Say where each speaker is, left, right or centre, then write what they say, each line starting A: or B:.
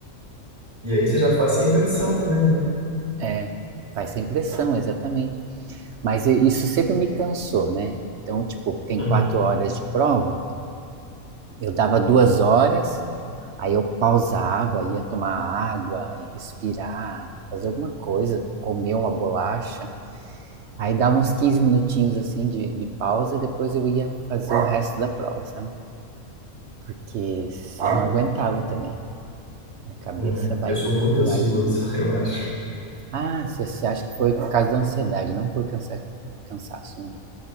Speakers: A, on the right; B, on the right.
A: E aí você já faz sem pressão também, né?
B: é, faz essa impressão, exatamente. Mas e- isso sempre me cansou, né? Então, tipo, tem
A: Uhum.
B: quatro horas de prova, eu dava duas horas, aí eu pausava, ia tomar água, ia respirar, fazer alguma coisa, comer uma bolacha. Aí dava uns 15 minutinhos assim de, de pausa e depois eu ia fazer o resto da prova, sabe? Porque eu não
A: Eu,
B: aguentava também. Minha cabeça
A: é,
B: vai,
A: eu sou muito ansioso,
B: vai de mim.
A: <laughs> eu acho.
B: Ah, você você acha que foi por causa da ansiedade, não por cansa- cansaço, né?